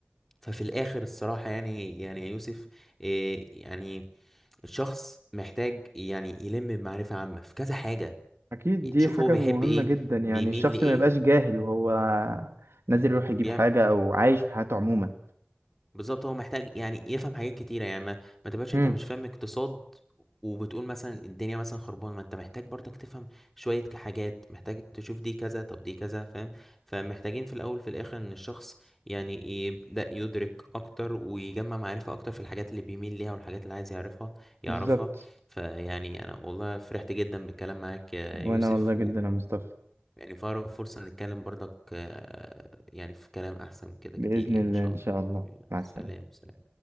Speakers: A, in the centre; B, on the right.
A: ففي الاخر الصراحة يعني يعني يا يوسف إيه يعني الشخص محتاج يعني يلم بمعرفة عامة في كذا حاجة
B: اكيد دي
A: شوف
B: حاجة
A: هو بيحب
B: مهمة
A: ايه
B: جدا يعني
A: بيميل
B: الشخص
A: لايه
B: ما يبقاش جاهل وهو نازل يروح يجيب
A: بيعمل
B: حاجة او عايش في حياته عموما
A: بالظبط هو محتاج يعني يفهم حاجات كتيرة يعني ما, ما تبقاش
B: امم
A: انت مش فاهم اقتصاد وبتقول مثلا الدنيا مثلا خربانة ما انت محتاج برضك تفهم شوية ك- حاجات محتاج تشوف دي كذا طب دي كذا فاهم فمحتاجين في الأول في الآخر إن الشخص يعني يبدأ يدرك أكتر ويجمع معرفة أكتر في الحاجات اللي بيميل ليها والحاجات اللي عايز يعرفها يعرفها
B: بالظبط
A: فيعني أنا والله فرحت جدا بالكلام معاك يا
B: وانا
A: يوسف
B: والله جدا يا مصطفى
A: يعني فأقرب فرصة نتكلم برضك آه، يعني في كلام أحسن كده
B: بإذن
A: كتير يعني
B: الله
A: إن شاء
B: ان
A: الله
B: شاء الله مع
A: سلام
B: السلامة
A: سلام